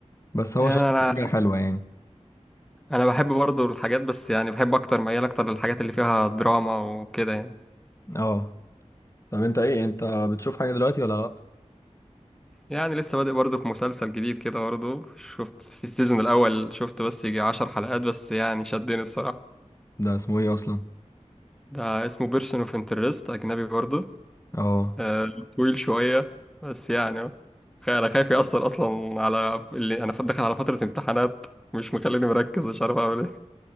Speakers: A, on the left (about 25°); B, in the centre.
A: بس
B: يعني
A: هو شكله
B: أنا
A: حاجه حلوه يعني
B: أنا بحب برضو الحاجات بس يعني بحب أكتر ميال أكتر للحاجات اللي فيها دراما وكده يعني
A: اه طب انت ايه انت بتشوف حاجه دلوقتي ولا لا
B: يعني لسه بادئ برضو في مسلسل جديد كده برضو شفت في السيزون الأول شفت بس يجي عشر حلقات بس يعني شدني الصراحة
A: ده اسمه ايه اصلا
B: ده اسمه بيرسون اوف انترست أجنبي برضو
A: اه
B: آه. طويل شوية بس يعني أهو. خا- أنا خايف يأثر أصلا على اللي أنا داخل على فترة امتحانات مش مخليني مركز مش عارف أعمل